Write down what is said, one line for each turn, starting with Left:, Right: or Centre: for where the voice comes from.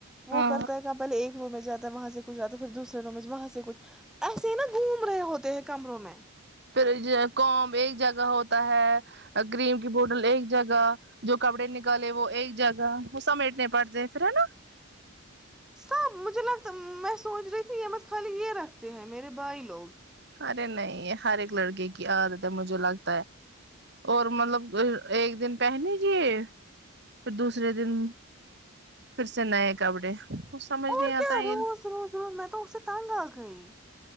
Right: ہاں
Centre: وہ کرتا ہے کہ پل ایک ر میں جاتا ہے وہاں سے کچھ جاتا ہے پھر دوسرے ر میں وہاں سے کچھ ایسے ہی نا گھوم رہے ہوتے ہیں کمروں میں
Right: پھر کومب ایک جگہ ہوتا ہے کریم کی بوٹل ایک جگہ جو کپڑے نکالے وہ ایک جگہ وہ سمیٹنے پڑتے ہیں پھر ہے نا
Centre: سب مجھے لگتا میں سوچ رہی تھی یہ مت خالی یہ رکھتے ہیں میرے بھائی لوگ
Right: ارے نہیں ہر ایک لڑکے کی عادت ہے مجھے لگتا ہے اور مطلب ایک دن پہنیجے پھر دوسرے دن پھر سے نئے کپڑے سمجھ
Centre: اور
Right: نہیں آتا
Centre: کیا
Right: ہے
Centre: روز
Right: یہ۔
Centre: روز روز میں تو اسے تنگ آ گئی